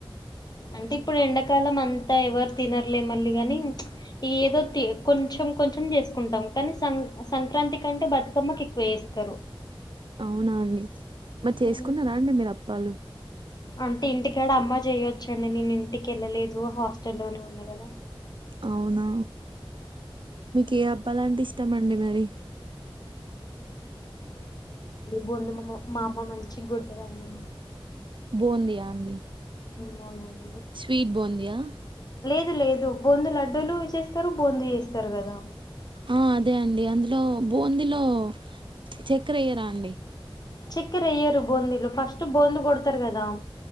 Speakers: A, on the left; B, on the right.
A: అంటే ఇప్పుడు ఎండాకాలం అంతా ఎవరు తినర్లేం మల్గానింగ్ ఇ ఏదో తే కొంచెం కొంచెం చేసుకుంటాం కానీ సం సంక్రాంతి కంటే బతుకమ్మకి చేస్తారు
B: అవునా అండి మరి చేసుకున్నారా
A: ఉమ్.
B: అండి మీరు అ పలు
A: అంటే ఇంటికాడ అమ్మా చేయొచ్చండి నేను ఇంటికి వెళ్ళలేదు హాస్టల్లోనే ఉన్నా కదా
B: అవునా మీకు ఏ అబాయిలు ఆంటే ఇష్ట మడి మరి
A: బొంధ మామ్మ మా అమ్మమ్ మనిచ్చి కొడట్టదన్ని
B: బంది అండీ
A: అవును అం
B: స్వీట్ బాందయా
A: లేదు లేదు బొందు లడ్డూలు చేస్తారు బోందు చేస్తారు కదా
B: ఆ అదే అండి అందులో బూందీలో చక్కెర అయ్యరా అండి
A: చక్కెర ఏయరు బొందల్లు ఫస్ట్ బొంద కొడతారు కదా